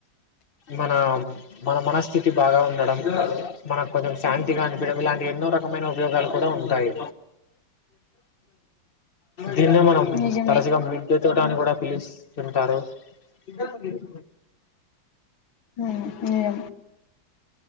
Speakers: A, on the left; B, on the left.
A: మన మన మనస్థితి బాగా ఉండడం మనకు కొంచెం శాంతిగా అనిపించడం ఇలాంటి ఎన్నో రకం ఉపయోగాలు కూడా ఉంటాయి దీన్నే మనం
B: నిజమే
A: తరచుగా మిద్దె తోట అని కూడా పిలిస్తుంటారు ఇ
B: ఉమ్ నిజం